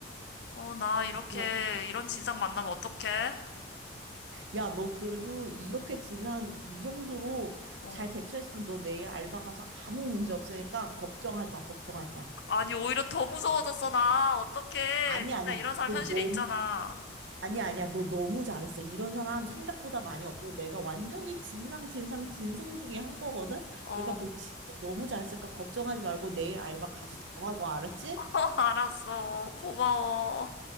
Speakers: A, on the left; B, on the right.
A: 어, 나 이렇게
B: 야,
A: 이런 진상 만나면 어떡해?
B: 야, 너 그래도 이렇게
A: 어,
B: 진상 이 정도로
A: 어,
B: 잘 대처했으면 너 내일 알바 가서 아무 문제 없으니까 걱정하지 마. 걱정하지 마.
A: 아니 오히려 더 무서워졌어 나. 어떡해?
B: 아니야,
A: 진짜
B: 아니야.
A: 이런 사람
B: 너
A: 현실에
B: 너무
A: 있잖아.
B: 아니야, 아니야. 너 너무 잘했어. 이런 사람 생각보다 많이 없고 내가 완전히 진상 진상 진상 중에 한 거거든.
A: 어,
B: 그러니까 너 진짜 너무 잘했으니까 걱정하지 말고 내일 알바 가서 잘하고 알았지?
A: <laughs> 알았어. 고마워.